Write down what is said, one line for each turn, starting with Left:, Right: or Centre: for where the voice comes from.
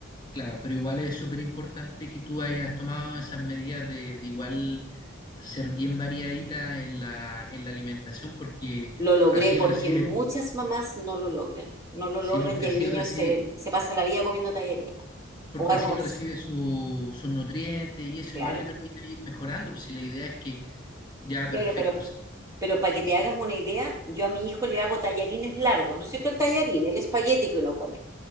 Left: Claro, pero igual es súper importante que tú hayas tomado esas medidas de, de igual ser bien variadita en la, en la alimentación, porque
Right: Lo logré
Left: así
Right: porque
Left: él recibe,
Right: muchas mamás no lo logran, no lo
Left: sí,
Right: logran
Left: porque
Right: y el
Left: así
Right: niño
Left: él recibe,
Right: se, se pasa la vida comiendo tallarín
Left: porque
Right: o arroz,
Left: así él recibe su- sus nutrientes y eso
Right: claro.
Left: igual le permite ir mejorando. Pues si la idea es que ya
Right: Claro,
Left: perfecto,
Right: pero,
Left: sí,
Right: pero para que te
Left: sí.
Right: hagas una idea, yo a mi hijo le hago tallarines largos, ¿no es cierto? El tallarín, el espagueti que uno come.